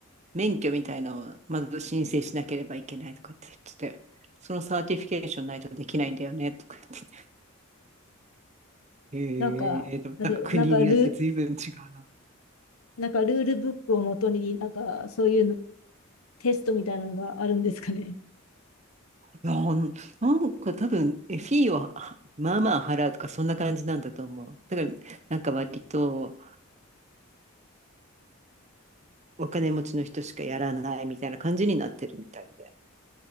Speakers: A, on the right; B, on the left.
A: 免許みたいなのをまず申請しなければいけないとかって言ってて、そのサーティフィケーションないとできないんだよねとか言ってへえ、
B: なんか、
A: なんか国によって随分違うな。
B: あれ、なんかル、なんかルールブックをもとに、なんかそういうのテストみたいなのがあるんですかね。
A: なんなんか多分、フィーをまあまあ払うとかそんな感じなんだと思う。だからなんか割とお金持ちの人しかやらないみたいな感じになってるみたいで。